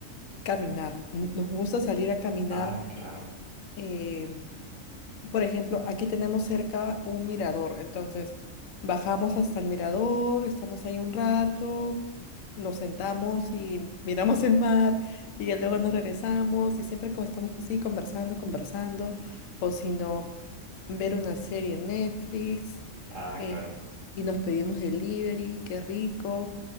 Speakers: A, on the left (about 75°); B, on the right (about 65°).
A: caminar. N- Nos gusta salir a caminar
B: Ah, claro.
A: eh, por ejemplo, aquí tenemos cerca un mirador, entonces bajamos hasta el mirador, estamos ahí un rato, nos sentamos y <laughs> miramos el mar y ya luego nos regresamos y siempre como estamos así conversando, conversando, o si no, ver una serie en Netflix
B: Ah,
A: eh,
B: claro.
A: y nos pedimos delivery, qué rico,